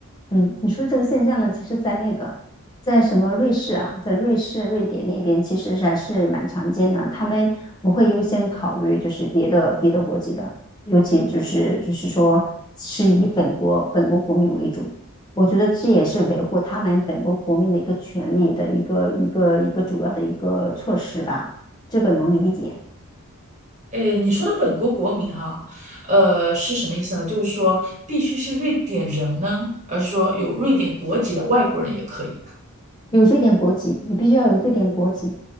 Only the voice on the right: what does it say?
诶，你说的本国国民哈，呃，是什么意思呢？就是说必须是瑞典人呢，而是说有瑞典国籍的外国人也可以。